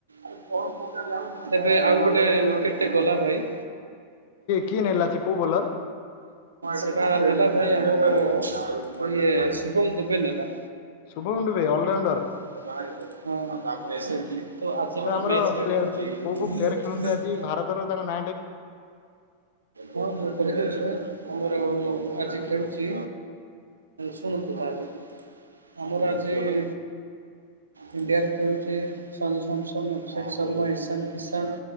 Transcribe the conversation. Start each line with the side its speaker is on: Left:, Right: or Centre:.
Right: ଏବେ ଆଉ ଗୋଟେ ୱିକେଟ୍ ରେ ଗଲା ଭାଇ।
Left: କିଏ ନେଲା ସେ କୋଉ ବୋଲର?
Right: ସେଟା ନେଲା ଭାଇ ଆମର ଇଏ ଶୁଭମ୍ ଦୁବେ ନେଲା।
Left: ଉଣ୍ଡୁବେ ଅଲରାଉଣ୍ଡର୍।
Right: ହଁଁ ତ ଆଜିର ମ୍ୟାଚ୍
Left: ତ ଆମର
Right: ରେ
Left: ପ୍ଲେୟାର କୋଉ କୋଉ
Right: ଖେଳୁଛନ୍ତି
Left: ପ୍ଲେୟାର ଖେଳନ୍ତି ଆଜି ଭାରତର ତାଙ୍କ ନା
Right: ହଁ ମୁଁ କହିଦେଇଛି ହେ ଆମର। ଆଜି ଖେଳୁଛି ଶୁଣନ୍ତୁ ତାହେଲେ ଆମର ଆଜି। କଁ ଇଣ୍ଡିଆରେ ଖେଳୁଛି ସଞ୍ଜୁ ସାମସନ୍ ଅଭିଷେକ ଶର୍ମା ଇଶାନ କିଷାନ।